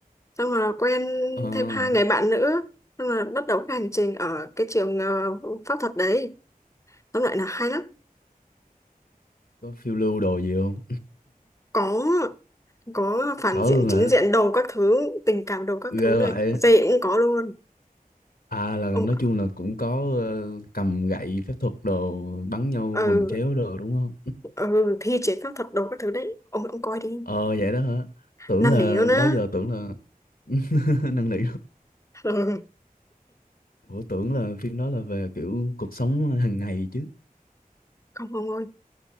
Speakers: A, on the left (about 20°); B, on the left (about 80°).
A: xong là quen
B: ờ ờ,
A: thêm hai người bạn nữa xong là bắt đầu cái hành trình ở cái trường ờ, pháp thuật đấy tóm lại là hay lắm
B: có phiêu lưu đồ gì không
A: có có phản
B: có
A: diện
B: luôn
A: chính
B: hả
A: diện đồ các thứ tình cảm đồ các thứ
B: ghê vậy
A: này dễ cũng có luôn
B: à là
A: ông
B: nói chung là cũng có ờ, cầm gậy phép thuật đồ bắn nhau
A: ừ
B: bùm chéo đồ đúng không
A: ừ, thi chế pháp thuật đồ các thứ đấy ông ông coi đi
B: ờ vậy đó hả tưởng
A: năn
B: là
A: nỉ luôn á
B: đó giờ tưởng là <laughs> năn nỉ
A: <laughs> ừ.
B: Ủa tưởng là phim đó là về kiểu cuộc sống hàng ngày chứ
A: không ông ơi